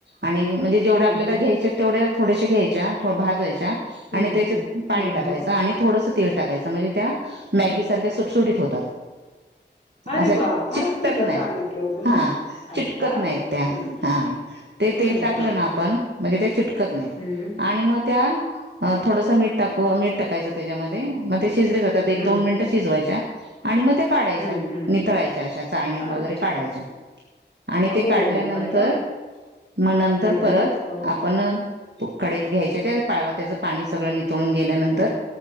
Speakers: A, on the right (about 65°); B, on the left (about 30°).
A: आणि म्हणजे जेवढ्या
B: हां,
A: आपल्याला
B: हां.
A: घ्यायच्या तेवढ्या थोडश घ्यायच्या भाजायच्या
B: हं,
A: आणि त्याच्यात
B: हं.
A: पाणी
B: हं,
A: टाकायचं
B: हं.
A: आणि थोडस टाकायच म्हणजे त्या मॅगी सारख्या सुटसुटीत होतात
B: अरे
A: असं
B: वाह! फारच
A: चिकटत
B: सुंदर
A: नाहीत
B: सांगितलं हो तुम्ही.
A: हा चिटकत
B: अरे वाह,
A: नाहीत
B: वाह!
A: त्या
B: हं,
A: हा ते
B: हं,
A: तेल टाकलं
B: हं.
A: ना आपण म्हणजे ते चिटकत नाही
B: हं,
A: आणि मग त्या थोडसं मीठ टाकू मीठ टाकायचं त्याच्यामध्ये मग ते शिजले जातात एक
B: हं,
A: दोन मिनिटं शिजवायच्या आणि मग त्या काढायच्या
B: हं, हं.
A: नितळायच्या अशा चाळणी
B: अच्छा
A: वगैरे काढायच्या आणि ते
B: हो
A: काढल्यानंतर
B: अरे वाह!
A: म नंतर
B: हं,
A: परत
B: हो.
A: आपण न कडइत घ्यायचे ते त्याचं पाणी सगळं नितळून गेल्यानंतर